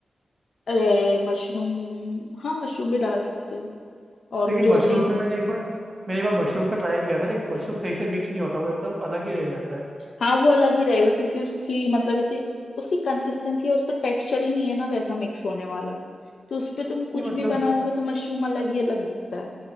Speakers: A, on the left; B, on the right.
A: अरे मशरूम हाँ मशरूम भी डाल सकते हो और
B: लेकिन
A: जो
B: मशरूम
A: भी
B: में मैंने एक बार मैंने एक बार मशरूम का ट्राई किया था लेकिन मशरूम सही से मिक्स नहीं होता वो एकदम अलग ही रह जाता है
A: हाँ वो अलग ही रहेगा क्योंकि उसकी मतलब ऐसी उसकी कंसिस्टेंसी है उसका टेक्सचर ही नहीं है ना वैसा मिक्स होने वाला तो उस पे तुम
B: नहीं
A: कुछ
B: मतलब
A: भी बनाओगे तो मशरूम अलग ही अलग दिखता है